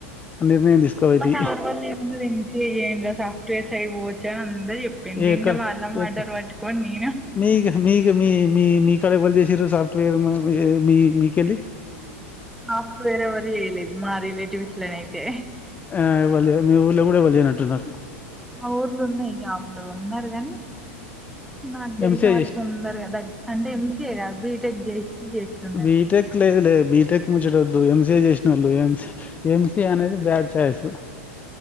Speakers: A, on the left (about 20°); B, in the centre.
A: నిర్ణయం తీసుకోవైతివి
B: మా సార్ వాళ్లు ఏమున్నది ఎంసీఏ చేయండి రా, సాఫ్ట్వేర్ సైడ్ పోవచ్చు అనన్ ముందే చెప్పిండ్రు.
A: ఎక్కడ
B: ఇంగ వాళ్ళ మాటల్
A: ఎక్క
B: పట్టుకొని నేను
A: మీ మీకు మీ మీ మీకాడ ఎవల్ చేసింర్రు సాఫ్ట్వేర్ మీ మీ మీకెళ్ళి
B: అప్పుడు వేరేవరు చేయలేదు. మా రిలేటివ్స్ లో నయితే
A: ఆ మళ్లీ మీ ఊళ్లో కూడా ఎవల్ లేనట్టున్నారు.
B: మా ఊర్లు ఉన్నయి. అప్పుడు ఉన్నారు గాని, నాకు తెలిసిన
A: ఎంసీఏ
B: వాళ్ళు
A: చేసి
B: తొందరగా దగ్ అంటే, ఎంసీఏ కాదు బీటెక్ చేసి చేస్తున్నారు.
A: బీటెక్ లేదు లేదు బిటెక్ ముచ్చటద్దు ఎంసీఏ చేసినోళ్లు ఎంసి, ఎంసి అనేది బ్యాడ్ చాయిస్